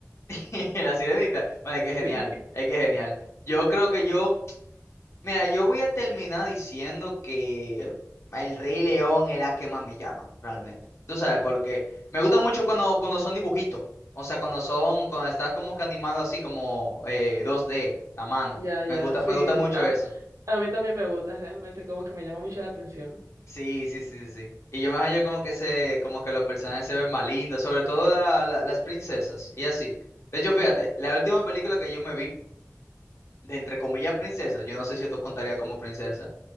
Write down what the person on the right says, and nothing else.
Sí.
<laughs>
Ya, ya,
sí.
A,
a mí también me gusta, realmente, como que me llama mucho la atención.
Exacto.